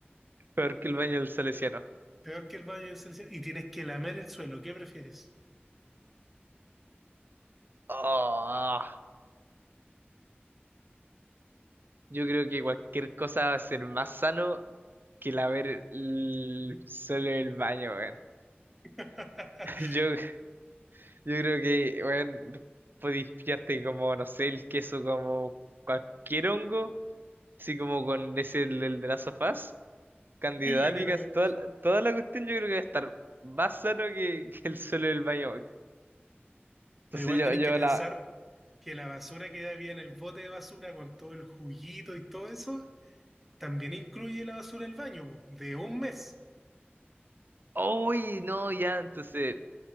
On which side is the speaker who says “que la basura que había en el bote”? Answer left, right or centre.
Centre